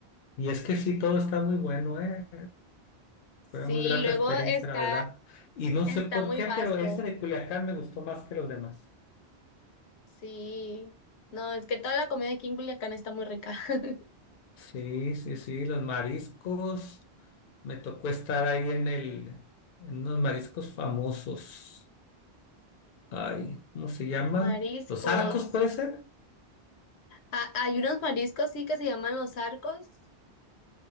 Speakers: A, on the left; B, on the left.
A: Y es que sí, todo está muy bueno, ¿eh?
B: Sí,
A: Fue muy grata
B: luego
A: experiencia,
B: está,
A: la verdad. Y no
B: está
A: sé por
B: muy
A: qué,
B: vasto.
A: pero ese de Culiacán me gustó más que los demás.
B: Sí, no, es que toda la comida aquí en Culiacán está muy rica. <laughs>
A: Sí, sí, sí, los mariscos. Me tocó estar ahí en el, en unos mariscos famosos. Ay, ¿cómo se llaman?
B: Mariscos.
A: ¿Los arcos puede ser?
B: Ah, hay unos mariscos, sí, que se llaman los arcos.